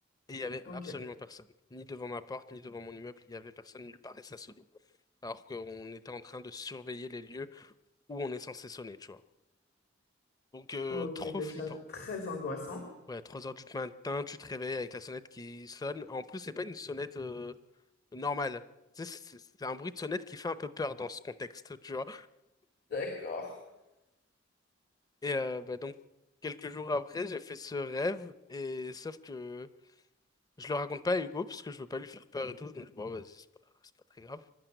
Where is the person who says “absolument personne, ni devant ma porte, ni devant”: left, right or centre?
Left